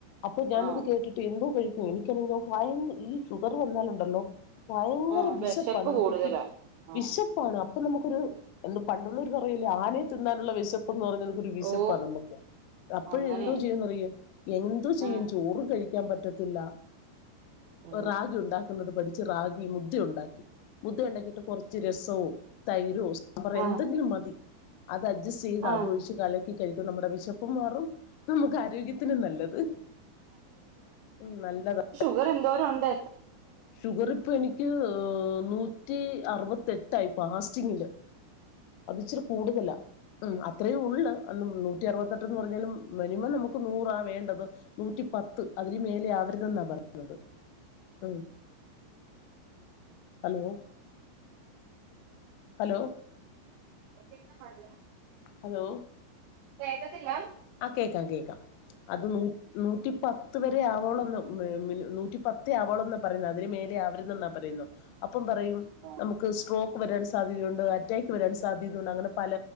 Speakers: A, on the left; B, on the right.
A: അപ്പൊ ഞാനിത്
B: ആ
A: കേട്ടിട്ട് എന്തോ കഴി എനിക്കണെങ്കോ ഫയ ഈ ഷുഗർ വന്നാലുണ്ടല്ലോ ഭയങ്കര
B: ആ
A: വിശപ്പാ
B: വിശപ്പ്
A: നമുക്ക്
B: കൂടുതലാ ആ
A: വിശപ്പാണ് ഇപ്പൊ നമുക്കൊരു എന്ത് പണ്ടുള്ളൂര് പറല്ലേ ആനെ തിന്നാനുള്ള വിശപ്പ്ന്ന് പറഞ്ഞക്ക ഒരു വിശപ്പ
B: ഓ
A: നമുക്ക് അപ്പോഴ
B: അങ്ങനെ
A: എന്തോ ചെയ്യുംന്നറിയ എന്തോ ചെയ്യും
B: ആ
A: ചോറ് കഴി ക്കാൻ പറ്റത്തില്ല
B: ഓ
A: റാഗി ഉണ്ടാക്കുന്നത് പഠിച്ച് റഗി മുദ ഉണ്ടാക്കി മുദ് ഉണ്ടാക്കിയിട്ട് കുറച്ച് രസോ തൈരോ സാമ്പറ
B: ആ
A: എന്തെങ്കിലും മതി അത് അഡ്ജസ്റ്റ് ചെയ്ത്
B: ആ
A: അത് ഒഴിച്ച് കലക്കി കഴിക്കും നമ്മുടെ വിശപ്പും മാറും നമുക്ക് ആരോഗ്യത്തിനും നല്ലത് ഉ നല്ലതാണ്
B: ഇവർ എന്തോരും ഉണ്ട്
A: ഷുഗർ ഇപ്പൊ എനിക്ക് നൂറ്റി അറുപത്തെ എട്ടായി പാസ്റ്റിങ്ങില് അത് ഇച്ചിരി കൂടുതലാ ഉ അത്രയും ഉള്ളൂ അന്ന് നൂറ്റി അറുപത്തെട്ട്ന്ന് പറഞ്ഞാലും മിനിമം നമുക്ക് നൂറാ വേണ്ടത് നൂറ്റി പത്ത് അതിന് മേലെ ആവരുതെന്നാ പറയുന്നത് ഉ ഹലോ ഹലോ
B: എന പറല
A: ഹലോ
B: തത്തില്ല
A: ആ കേൾക്കാം കേക്കാം അത് നൂ നൂറ്റി പത്ത് വരെ ആവോള നൂറ്റി പത്തേ ആവോളോ എന്നാ പറയുന്ന അതിന് മേലെ ആവരുത് ന്നാ പറയുന്നത്. ഇപ്പം പറയും
B: ആ
A: നമുക്ക് സ്ട്രോക്ക് വരാൻ സാധ്യതയുണ്ട് അറ്റാക്ക് വരാൻ സാധ്യതയുണ്ട് അങ്ങനെ പല